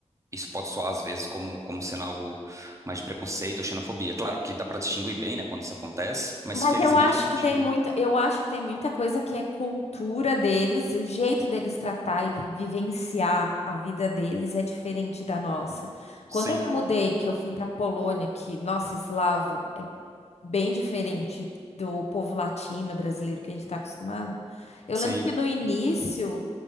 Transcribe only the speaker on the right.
isso pode soar às vezes como, como sendo algo mais de preconceito ou xenofobia. Claro que dá pra distinguir bem, né, quando isso acontece, mas
felizmente
eu não
tive.
Sim,
sim.